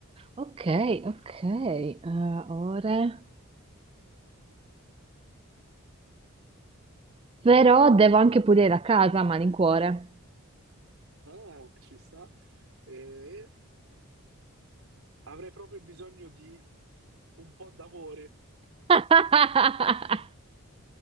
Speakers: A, on the right; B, on the right.
A: Ok, ok. Eh, ore. Però devo anche pulire la casa a malincuore.
B: Ah, ci sta. Eh, avrei proprio bisogno di un po' d'amore.
A: <laughs>